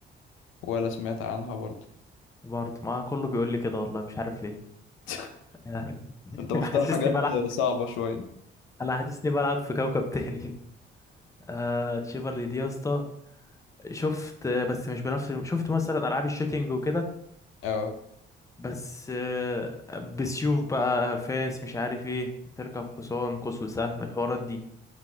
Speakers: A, on the left (about 85°); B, on the left (about 15°).
A: ولا سمعت عنها برضو
B: برضه ما كله بيقول لي كده والله مش عارف ليه
A: <laughs>
B: <laughs>
A: انت مختار
B: حاسسني
A: حاجات
B: بلعب
A: صعبة شوية
B: أنا حاسسني بلعب في كوكب تاني آه تشيفرلي دي يا اسطى شفت بس مش بنفس شفت مثلا ألعاب الشوتينج وكده
A: اه
B: بس آه، بسيوف بقى فاس مش عارف ايه تركب حصان قوس وسهم الحوارات دي